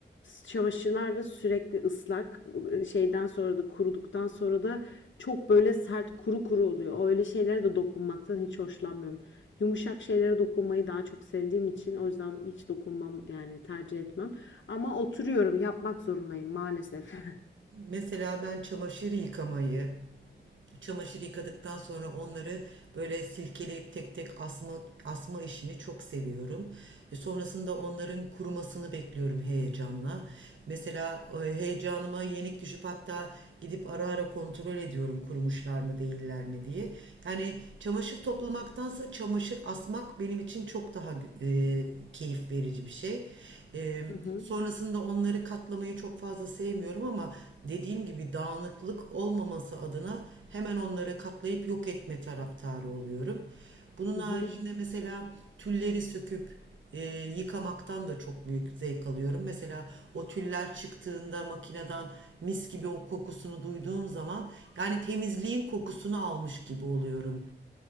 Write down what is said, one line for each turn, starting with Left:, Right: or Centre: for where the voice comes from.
Left: Çamaşırlar da sürekli ıslak. Şeyden sonra da kuruduktan sonra da çok böyle sert kuru kuru oluyor. Öyle şeylere de dokunmaktan hiç hoşlanmıyorum. Yumuşak şeylere dokunmayı daha çok sevdiğim için o yüzden hiç dokunmam yani tercih etmem. Ama oturuyorum yapmak zorundayım maalesef. <laughs>
Right: Mesela ben çamaşır yıkamayı, Çamaşır yıkadıktan sonra onları böyle silkeleyip tek tek asma asma işini çok seviyorum. E, sonrasında onların kurumasını bekliyorum heyecanla. Mesela e, heyecanıma yenik düşüp hatta gidip ara ara kontrol ediyorum kurumuşlar mı değiller mi diye. Yani çamaşır toplamaktansa çamaşır asmak benim için çok daha e, keyif verici bir şey. E, Evet.
Left: Hı hı.
Right: Sonrasında onları katlamayı çok fazla sevmiyorum ama dediğim gibi dağınıklık olmaması adına hemen onları katlayıp yok etme taraftarı oluyorum. Bunun
Left: Hı
Right: haricinde
Left: hı.
Right: mesela tülleri söküp e, yıkamaktan da çok büyük zevk alıyorum. Mesela o tüller çıktığında makineden mis gibi o kokusunu duyduğum zaman yani temizliğin kokusunu almış gibi oluyorum.